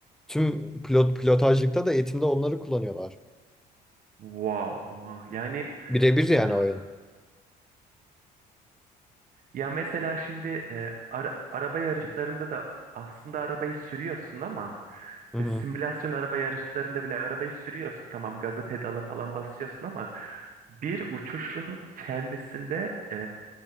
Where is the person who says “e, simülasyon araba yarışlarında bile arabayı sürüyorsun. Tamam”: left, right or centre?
Right